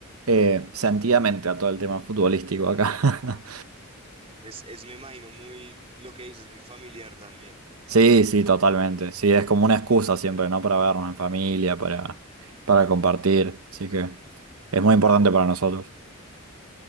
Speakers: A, on the right; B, on the right.
A: eh, sentidamente a todo el tema futbolístico acá. <laughs>
B: es, es, me imagino, muy, lo que dices, muy familiar también?
A: Sí, sí, totalmente. Sí, es como una excusa siempre, ¿no? Para vernos en familia, para, para compartir. Así que es muy importante para nosotros.